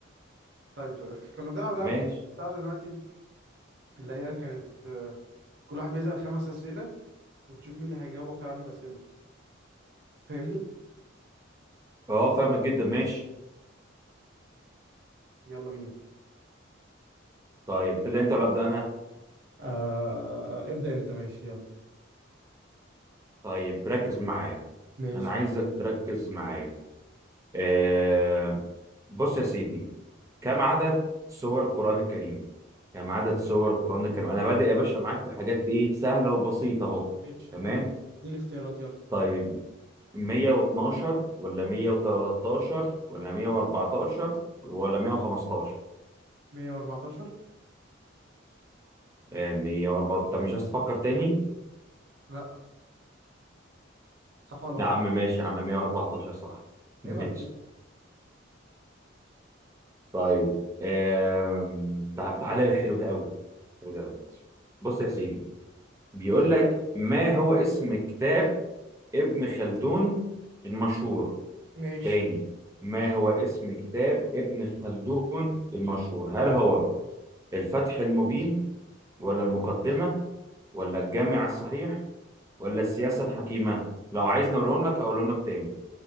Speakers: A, on the right; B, on the right.
A: طيب ف- كنا بنلعب العاب
B: ماشي
A: كتير بتاع دلوقتي اللي هي كانت آه، كل واحد بيسأل خمس اسئله وتشوف مين اللي هيجاوب اكتر عن الاسئله فاهمني
B: اه فاهمك جدا ماشي
A: يلا بينا
B: طيب تبدا انت ولا ابدا انا
A: آه ابدا انت ماشي يلا
B: طيب ركز معايا
A: ماشي
B: انا عايزك تركز معايا آه بص يا سيدي كم عدد سور القرآن الكريم كم عدد سور القرآن الكريم انا بادئ يا باشا معاك في حاجات ايه سهلة وبسيطة اهو
A: ماشي
B: تمام
A: يبقى اديني اختيارات يلا
B: طيب 112 ولا 113 ولا 114 ولا 115
A: 114
B: آه 114 طب مش عايز تفكر تاني
A: لا صح ولا
B: يا
A: غلط
B: عم ماشي يا عم 114 صح <laughs> ماشي
A: عيب عليك
B: طيب آه... تعالى للحلو ده قوي حلو ده بص يا سيدي بيقول لك ما هو اسم كتاب ابن خلدون المشهور
A: ماشي
B: تاني ما هو اسم كتاب ابن خلدون المشهور هل هو الفتح المبين ولا المقدمة ولا الجامع الصحيح ولا السياسة الحكيمة لو عايزني اقولهم لك اقولهم لك تاني